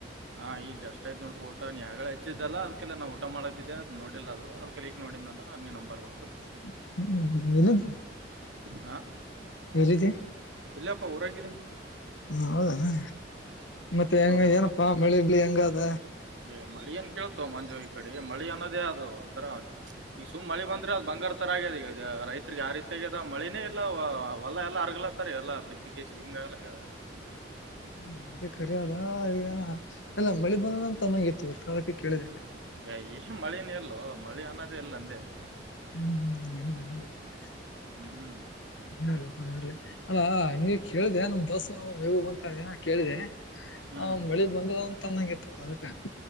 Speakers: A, on the right (about 80°); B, on the left (about 80°).
A: ಹಾ ಈಗ್ ಜಸ್ಟ್ ಆಯತ ನೋಡ್ ಪ ಊಟ ನೀ ಯಾಗ ಹೆಚ್ಚಿದ್ದಲ್ಲ ಅದಕಲ್ಲ ನಾ ಊಟ ಮಾಡತಿದ್ದ ಅದು ನೋಡಿಲ್ಲ ಅದು <unintelligible> ನೋಡಿದ್ನಲ್ಲ ಅ ನೀನ್ ನಂಬರ್ ಬಂತು
B: ಹ್ಮ <unintelligible>
A: ಹಾ
B: <unintelligible>
A: ಇಲ್ಲಪ್ಪ ಊರಾಗಿದ್ದೀನಿ
B: ಹ್ಮ ಹೌದನೆ ಮತ್ತೆ ಹೆಂಗ
A: ಊರ್
B: ಏನಪ್ಪಾ ಮಳಿ ಬಿಳಿ ಹೆಂಗದ
A: ಏ ಮಳಿ ಏನ್ ಕೇಳ್ತವ ಮಂಜು ಈ ಕಡೆ ಮಳಿ ಅನ್ನೋದೇ ಅದು ಒಂಥರ ಈಗ ಸುಮ್ ಮಳಿ ಬಂದ್ರೆ ಅದ್ ಬಂಗಾರ ತರ ಆಗ್ಯದ ಈಗ ರೈತರಿಗೆ ಆ ರೀತಿಯಾಗ್ಯದ ಮಳಿನೇ ಇಲ್ಲ ಹೊಲ್ಲ ಎಲ್ಲ ಹರಗ್ಲತ್ತ ಇತಾರೆ ಎಲ್ಲ ಬಿತ್ತಿಗೆೇಶಿ ಹಿಂಗ <unintelligible>
B: ಹಾ ಅದೇ ಕರಿ ಅದ <unintelligible> ಎಲ್ಲ ಮಳಿ ಬಂದದಂತ ಅನ್ನೋಗ್ ಇತ್ತುವತ್ತು ಅದಕ್ಕೆ ಕೇಳಿದೆ
A: ಏ ಇಲ್ಲ ಮಳೆನೀ ಎಲ್ಲೋ ಮಳಿ ಅನ್ನೋದೇ ಇಲ್ಲ ಅಂದೆ
B: ಹ್ಮ್ ಹೌದನೆ <unintelligible>
A: ಹ್ಮ್
B: <unintelligible> ಹ ಹ <unintelligible> ಕೇಳಿದೆ ನಮ್ ದೋಸ ನ ಮೇವು ಬಂತನ ಕೇಳಿದೆ
A: ಹಾ
B: ಹ ಮಳಿ ಬಂದದ ಅಂತ ಅಂದಂಗಿತ್ತಪ್ಪ ಅದಕ್ಕೆ